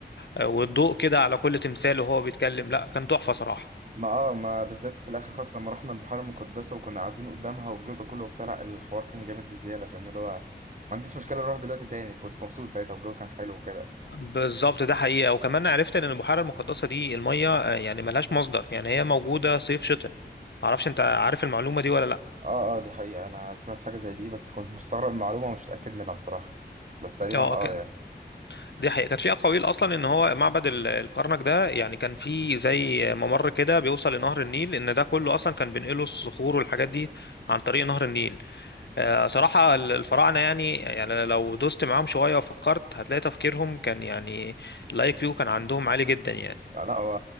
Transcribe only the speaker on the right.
ما اه ما بالذات في الاخر خالص لما رحنا البحيرة المقدسة وكنا قاعدين قدامها والجو ده كله وبتاع لا الحوار كان جامد بالزيادة فاهم اللي هو ما عنديش مشكلة اروح دلوقتي تاني كنت مبسوط ساعتها والجو كان حلو وكده
اه اه دي حقيقة انا سمعت حاجة زي دي بس كنت مستغرب من المعلومة ومش متأكد منها بصراحة بس تقريبا
اه
يعني
يعني لا هو